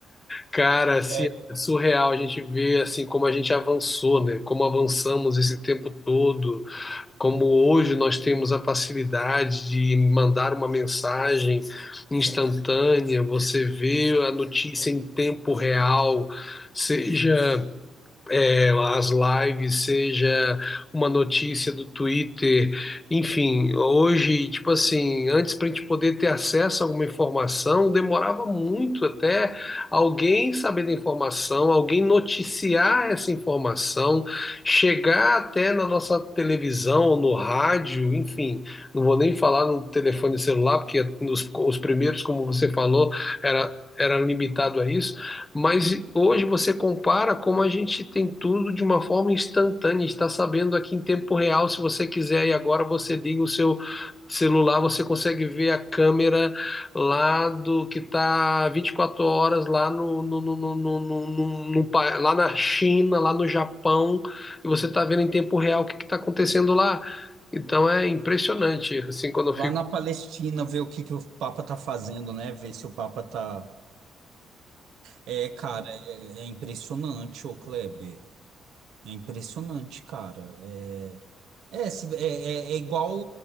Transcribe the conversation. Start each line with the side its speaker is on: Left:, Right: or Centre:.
Left: Cara, assim,
Right: É,
Left: é surreal a gente ver assim como a gente avançou, né? Como avançamos esse tempo todo, como hoje nós temos a facilidade de mandar uma mensagem instantânea, você vê a notícia em tempo real, seja tela, as lives, seja uma notícia do Twitter, enfim, hoje, tipo assim, antes para a gente poder ter acesso a alguma informação, demorava muito até alguém saber da informação, alguém noticiar essa informação, chegar até na nossa televisão ou no rádio, enfim, não vou nem falar no telefone celular, porque os, os primeiros, como você falou, era, era limitado a isso. Mas hoje você compara como a gente tem tudo de uma forma instantânea, está sabendo aqui em tempo real, se você quiser e agora você liga o seu celular, você consegue ver a câmera lá do que está 24 horas lá no, no, no, no, no, no- no- no pa- lá na China, lá no Japão, e você está vendo em tempo real o que está acontecendo lá. Então é impressionante, assim, quando eu
Right: lá na Palestina, ver o que que o Papa tá fazendo, né? Ver se o Papa tá. É, cara, é, é impressionante, ô Kleber. É impressionante, cara. É, É, se- é, é, é igual,